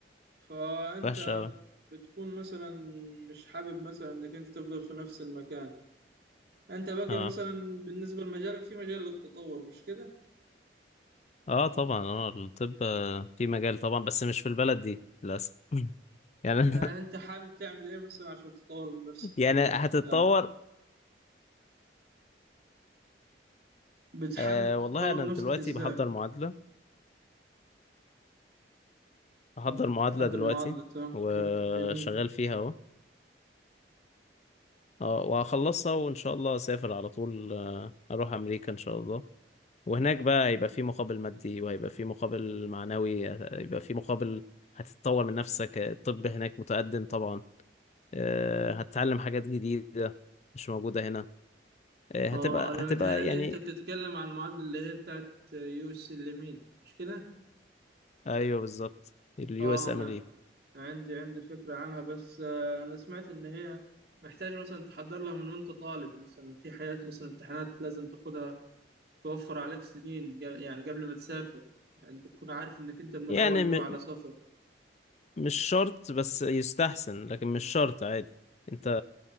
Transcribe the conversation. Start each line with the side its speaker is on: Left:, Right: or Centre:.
Right: فأنت
Left: وحشة اوي
Right: بتكون مثلا مش حابب مثلا إنك أنت تفضل في نفس المكان انت بقى
Left: اه
Right: مثلا بالنسبة لمجالك في مجال للتطور مش كده
Left: اه طبعا اه الطب آه، في مجال طبعا بس مش في البلد دي للأسف <laughs> يعني
Right: آه، انت حابب تعمل ايه مثلا عشان تطور من نفسك
Left: يعني
Right: في المجال
Left: هتتطور
Right: بتاعك بتحابب
Left: آه
Right: تطور
Left: والله انا
Right: نفسك
Left: دلوقتي
Right: ازاي
Left: بحضر معادلة بحضر
Right: اه
Left: معادلة
Right: بتحضر
Left: دلوقتي
Right: معادلة آه، اوكي
Left: وشغال
Right: جميل
Left: فيها اهو اه وهخلصها وان شاء الله اسافر على طول آه، اروح امريكا ان شاء الله وهناك بقى هيبقى في مقابل مادي وهيبقى في مقابل معنوي هيبقى في مقابل هتتطور من نفسك الطب هناك متقدم طبعا آه، هتتعلم حاجات جديدة مش موجودة هنا آه، هتبقى
Right: اه انا
Left: هتبقى
Right: متهيألي
Left: يعني
Right: انت بتتكلم عن المعادلة اللي هي بتاعت يو اس الليميد مش كده
Left: ايوه بالظبط اليو
Right: اه
Left: اس
Right: انا
Left: ام ال
Right: عندي عندي فكرة عنها بس آه، انا سمعت ان هي محتاج مثلا تحضر لها من وانت طالب مثلا في حاجات مثلا امتحانات لازم تاخدها توفر عليك سنين ج- يعني قبل ما تسافر يعني انت تكون عارف انك انت من الاول
Left: يعني
Right: ناوي
Left: م-
Right: على سفر
Left: مش شرط بس يستحسن لكن مش شرط عادي انت